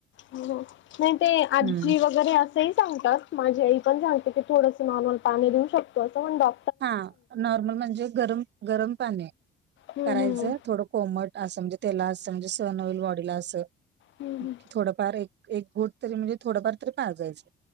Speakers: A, on the left (about 75°); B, on the right (about 60°).
A: नाही ते आजी
B: हम्म
A: वगैरे असंही सांगतात माझी आई पणते क थोडसं नॉर्मल पाणी लिऊ शकत असं म्हण डॉ
B: हा नॉर्मल म्हणजे गरम गरम पाणि
A: हम्म
B: करायचं
A: हम्म
B: थोडं कोमट असं म्हणजे त्याला असं म्हणजे सन होईल बॉडीला असं
A: हम्म
B: थोडं फार एक घोट तरी म्हणजे थोडंफार तरी पाहाजायचं